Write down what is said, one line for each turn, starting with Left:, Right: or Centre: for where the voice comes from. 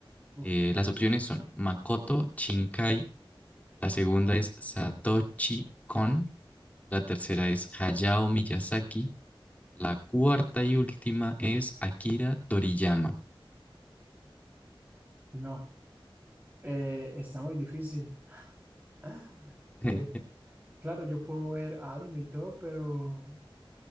Right: Uf,
Left: Eh, las opciones son Makoto Shinkai, La segunda es Satoshi Kon. La tercera es Hayao Miyazaki. La cuarta y última es Akira Toriyama.
Right: no, eh, está muy difícil. <gasps> <laughs>
Left: <laughs>
Right: Yo, claro, yo puedo ver anime y todo, pero